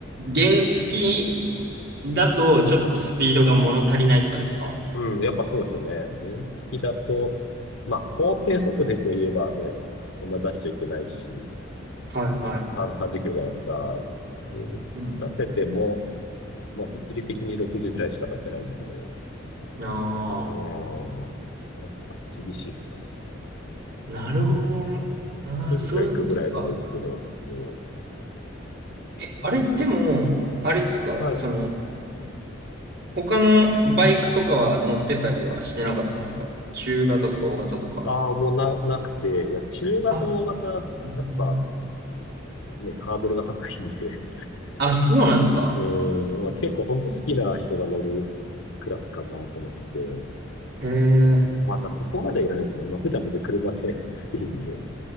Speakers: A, on the right; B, on the left.
A: 原付きだとちょっとスピードが物足りないとかですか
B: うん、やっぱそうですよね。原付だと、まあ、法定速度といえばね、そんな出しちゃいけないし、
A: はいはい。
B: 3、30キロじゃないですか。で、
A: うん。
B: 出せても、まあ、物理的に60ぐらいしか出せないんで、
A: な
B: うん、やっぱ厳しいですよね。そう近、
A: あ、なるほどね。ああ、
B: 近所行くぐらいならいいですけど、
A: そういうことか。
B: そう。
A: え、あれでも、あれですかその、
B: ただ、
A: 他のバイクとかは乗ってたりはしてなかったんですか中型とか大型とか。
B: ああ、もうな、なくて、いや、中型、
A: あ、
B: 大型、
A: うん
B: やっぱね、ハードルが高いんで、
A: あ、そうなんですか
B: えー、まあ、結構本当好きな人が乗るクラスかなと思ってて、
A: へえ、
B: うんまたそこまでいらないですよね。まあ、普段別に車で <laughs> いいんで、